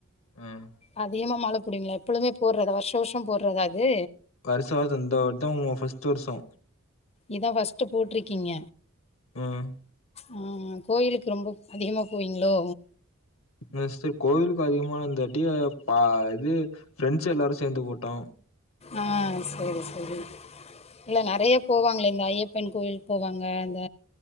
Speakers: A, on the left (about 65°); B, on the left (about 30°).
A: ம்
B: அ <unintelligible> <unintelligible> மால போடுவிங்ளா எப்பொழுமே போட்றதா வருஷ வருஷொ போட்றதா அது
A: வருஷஷோ இந்தவட்டொ ஃபர்ஸ்ட் வர்ஷொ
B: இதா ஃபர்ஸ்ட்டு போட்ருக்கீங்க
A: ம்
B: அ கோயிலுக்கு ரொம்ப அதிகமா போவீங்ளோ
A: மிஸ்ட கோயிலுக்கு அதிகமா <unintelligible> பா இது ஃப்ரெண்ட்ஸ் எல்லாரு சேந்து போட்டோ
B: அ சேரி சேரி இல்ல நெறைய போவாங்ளே இந்த ஐயப்பன் கோயில்க் போவாங்க அந்த